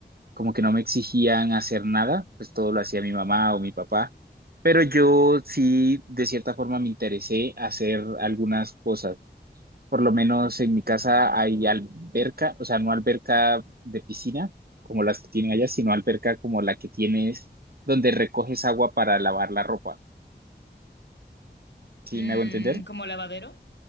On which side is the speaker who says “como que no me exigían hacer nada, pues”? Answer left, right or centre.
Right